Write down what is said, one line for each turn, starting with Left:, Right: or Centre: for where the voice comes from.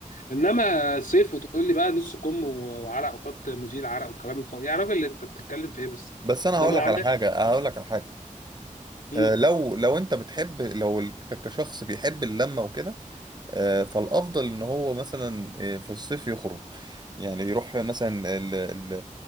Left: انما صيف وتقول لي بقى نص كم و- وعرق وحط مزيل عرق والكلام الفاضي يا راجل انت بتتكلم في ايه بس
Right: بس انا
Left: ده
Right: هقول
Left: معاناه
Right: لك على حاجة هقول لك على حاجة
Left: مم.
Right: آه، لو لو انت بتحب لو ال- ك- كشخص بيحب اللمه وكده آه، فالافضل ان هو مثلا آه، في الصيف يخرج يعني يروح مثلا ال- ال-